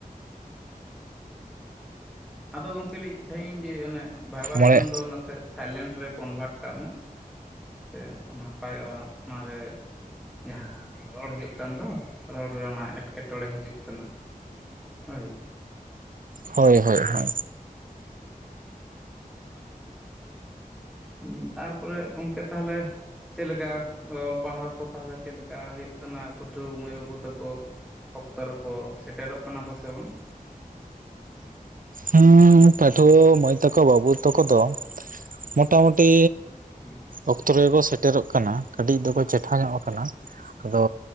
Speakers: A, in the centre; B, on the right.
A: ᱟᱫᱚ ᱜᱚᱝᱠᱮ ᱞᱟᱹᱭᱮᱫ ᱛᱟᱦᱮᱸᱜ ᱤᱧ ᱡᱮ ᱚᱱᱮ ᱵᱷᱟᱭᱵᱟᱨᱥᱟᱱ
B: ᱢᱚᱬᱮ
A: ᱫᱚ ᱱᱟᱥᱮ ᱥᱟᱭᱞᱮᱱᱴ ᱨᱮ ᱠᱚᱱᱵᱷᱟᱨᱴ ᱠᱟᱜ ᱢᱮ ᱥᱮ ᱱᱟᱯᱟᱭᱚᱜᱼᱟ ᱚᱱᱟᱨᱮ ᱡᱟᱦᱟᱸ ᱨᱚᱲ ᱦᱩᱭᱩᱜ ᱠᱟᱱ ᱫᱚ ᱨᱚᱲ ᱨᱮ ᱚᱱᱟ ᱮᱸᱴᱠᱮᱴᱚᱬᱮ ᱦᱤᱡᱩᱜ ᱠᱟᱱᱟ᱾ ᱦᱳᱭ
B: ᱦᱳᱭ ᱦᱳᱭ ᱦᱳᱭ
A: ᱦᱩ ᱛᱟᱨᱯᱚᱨᱮ ᱜᱚᱢᱠᱮ ᱛᱟᱦᱞᱮ ᱪᱮᱫ ᱞᱮᱠᱟ ᱚᱞ ᱯᱟᱲᱦᱟᱣ ᱠᱚ ᱛᱟᱦᱚᱞᱮ ᱪᱮᱫ ᱞᱮᱠᱟ ᱦᱩᱭᱩᱜ ᱠᱟᱱᱟ ᱯᱟᱹᱴᱷᱩᱣᱟᱹ ᱢᱟᱹᱭ ᱵᱟᱹᱵᱩ ᱛᱟᱠᱚ? ᱚᱠᱛᱚ ᱨᱮᱠᱚ ᱥᱮᱴᱮᱨᱚᱜ ᱠᱟᱱᱟ ᱠᱚ ᱥᱮ ᱵᱟᱝ??
B: ᱦᱮᱸ ᱯᱟᱹᱴᱷᱩᱣᱟᱹ ᱢᱟᱹᱭ ᱛᱟᱠᱚ ᱵᱟᱹᱵᱩ ᱛᱟᱠᱚ ᱫᱚ ᱢᱚᱴᱟᱢᱩᱴᱤ
A: ᱦᱩᱸ
B: ᱚᱠᱛᱚ ᱨᱮᱜᱮᱠᱚ ᱥᱮᱴᱮᱨᱚᱜ ᱠᱟᱱᱟ ᱠᱟᱹᱴᱤᱡ ᱫᱚᱠᱚ ᱪᱮᱴᱷᱟ ᱧᱚᱜ ᱟᱠᱟᱱᱟ᱾ ᱟᱫᱚ